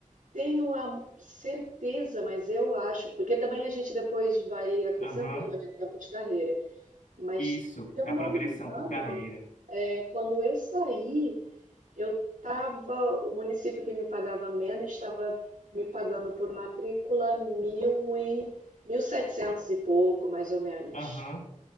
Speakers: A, on the right; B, on the left.
A: tenho a certeza, mas eu acho, porque também a gente depois vai acrescentando,
B: Aham,
A: né, tempo de carreira. Mas, se
B: Isso,
A: eu
B: é
A: não
B: a progressão
A: me engano,
B: por carreira.
A: é quando eu saí. Eu estava, o município que me pagava menos estava me pagando por matrícula mil e, mil e setecentos e pouco, mais ou menos.
B: Aham.